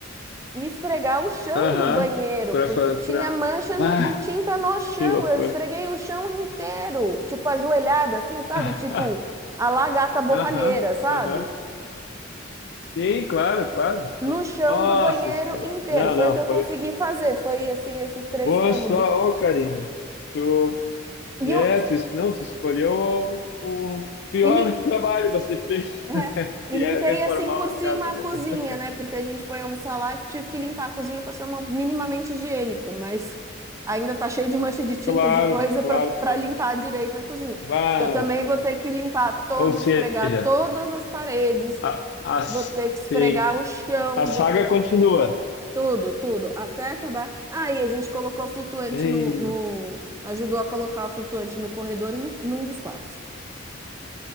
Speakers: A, on the right (about 15°); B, on the left (about 60°).
A: e esfregar o chão
B: Aham.
A: do banheiro,
B: Pra
A: porque
B: fazer
A: tinha
B: pra.
A: mancha no-
B: Ah,
A: de tinta no chão.
B: que loucura.
A: Eu esfreguei o chão inteiro, tipo ajoelhada, assim, sabe?
B: <laughs>
A: Tipo a lá gata borralheira,
B: Aham,
A: sabe?
B: aham. Sim, claro, claro.
A: no
B: No-
A: chão
B: Nossa
A: do banheiro
B: Senhora.
A: inteiro.
B: Não,
A: Foi
B: não,
A: o que eu
B: foi.
A: consegui fazer. Foi assim, esses três
B: Boa
A: cômodos.
B: só, ô Karina. Tu,
A: E
B: é,
A: eu
B: tu, não, tu escolheu o, o pior
A: e, lim-
B: <laughs> trabalho que você fez,
A: <laughs> é,
B: <laughs>
A: e
B: que
A: limpei
B: é reformar
A: assim por
B: uma
A: cima
B: casa
A: a
B: velha.
A: cozinha, né?
B: <laughs>
A: Porque a gente foi almoçar lá, tive que limpar a cozinha para ser uma- minimamente higiênico, mas ainda tá cheio de mancha de tinta,
B: Claro,
A: de coisa
B: claro,
A: para para
B: claro.
A: limpar direito na cozinha.
B: Barbaridade.
A: Eu também vou ter que limpar todas,
B: Ou seja,
A: esfregar todas as paredes,
B: A, a, sim.
A: vou ter que esfregar o chão,
B: A saga
A: vou ter que
B: continua.
A: Tudo, tudo, até acabar. Ah, e a gente colocou flutuante
B: Ei,
A: no, no... Ajudou a colocar o flutuante no corredor e no, num dos quartos.